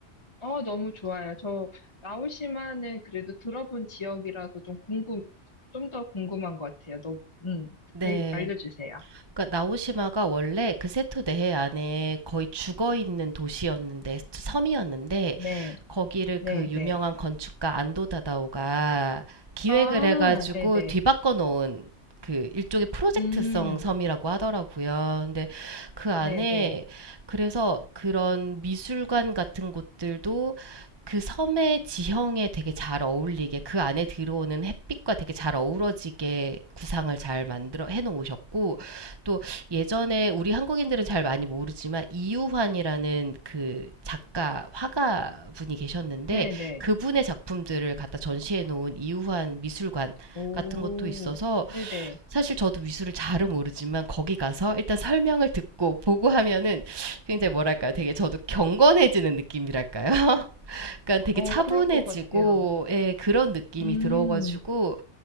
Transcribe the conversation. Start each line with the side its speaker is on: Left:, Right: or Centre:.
Left: 어, 너무 좋아요. 저 나오시마는 그래도 들어본 지역이라서 좀 궁금, 좀 더 궁금한 것 같아요. 너무, 음,
Right: 네.
Left: 일- 알려주세요.
Right: 그러니까 나오시마가 원래 그 세토 내해 안에 거의 죽어 있는 도시였는데 섬이었는데
Left: 네,
Right: 거기를
Left: 네네.
Right: 그 유명한 건축가 안도 다다오가 기획을
Left: 아,
Right: 해가지고
Left: 네네.
Right: 뒤바꿔 놓은 그 일종의 프로젝트성
Left: 음,
Right: 섬이라고 하더라고요. 근데 그 안에
Left: 네네.
Right: 그래서 그런 미술관 같은 곳들도 그 섬의 지형에 되게 잘 어울리게 그 안에 들어오는 햇빛과 되게 잘 어우러지게 구상을 잘 만들어 해 놓으셨고 또 예전에 우리 한국인들은 잘 많이 모르지만 이유환이라는 그 작가 화가 분이 계셨는데
Left: 네네.
Right: 그분의 작품들을 갖다 전시해 놓은 이유환 미술관
Left: 오,
Right: 같은 것도 있어서
Left: 네네.
Right: 사실 저도 미술을 잘은 모르지만 거기 가서 일단 설명을 듣고 보고 하면은 굉장히 뭐랄까 되게 저도 경건해지는 느낌이랄까요? <laughs> 그러니까 되게
Left: 어,
Right: 차분해지고
Left: 그럴 것 같아요.
Right: 예, 그런 느낌이
Left: 음,
Right: 들어가지고